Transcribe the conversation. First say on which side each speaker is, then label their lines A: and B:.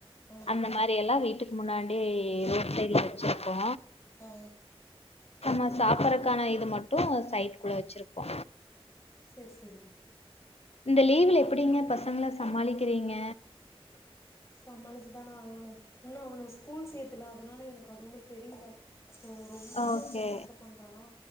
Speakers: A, on the left; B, on the left.
A: ம்
B: அந்த மாரியெல்லா வீட்டுக்கு முன்னாடி ரோட் சைட்ல வச்சிருக்கோ
A: ஆ ஆ
B: நம்ம சாப்பறக்கான இது மட்டு சைட்க்குள்ள வச்சிருப்போ
A: செர் செரி
B: இந்த லீவுல எப்புடிங்க பசங்கள சமாளிக்கிறீங்க
A: சமாளிச்சுதான ஆவோணு என்ன ஒன்னு ஸ்கூல் சேத்தில்ல அதனால எனக்கு அது ஒன்னு தெரியில ரொ ரொம்ப
B: ஓகே
A: சேட்ட பண்றானா